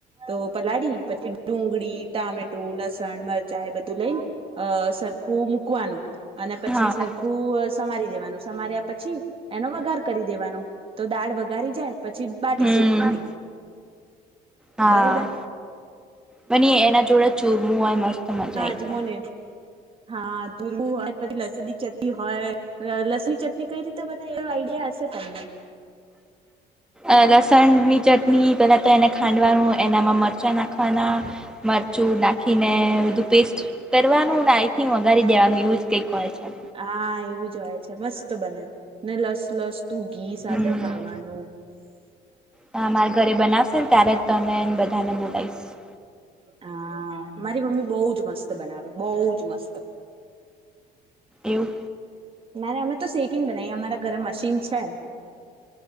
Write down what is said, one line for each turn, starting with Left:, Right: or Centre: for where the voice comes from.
Right: તો. પલાળ પછી ડુંગળી ટામેટું. લસણ, મરચા એ બધું લઈને અ સરખું મૂકવાનું. અને પછી
Centre: હા
Right: સરખું. સમારી દેવાનું. સમાર્યા પછી. એનો વગાર કરી દેવાનો. તો દાળ વગારી જાય. પછી બાટી
Centre: હમ
Right: શેકવાની.
Centre: હા
Right: બરોબર
Centre: બની એના જોડે. મુુંવાજ મસ્ત મજા આવીઈ
Right: આજમો
Centre: જાય.
Right: ને હા દુરવું હોય પછી લસની ચટણી હોય લ લસની ચટણી કઈ રીતે બના એવ આઈડિયા હશે તમને.
Centre: અ લસણની ચટણી પેલા તો એને ખાંડવાનું એનામાં મરચાં નાખવાના મરચું નાખીને બધું પેસ્ટ કરવાનું ને આઈથી વઘારી દેવાનું યુજ કઈકય હોય છે.
Right: હા એ. જય છે મસ્ત બને ને લસ લસ તું ઘી સાથે
Centre: હમ.
Right: ખાવાનું
Centre: મારા ઘરે બનાવશે ને ત્યારે જ તને બધાને બોલાવીશ
Right: હા મારી મમ્મી બહ જ મસ્ત મ બનાવે બહ જ મસ્ત.
Centre: એવું
Right: નારે અમે તો સેકીને બનાવીએ અમારા ઘરે મશીન છે.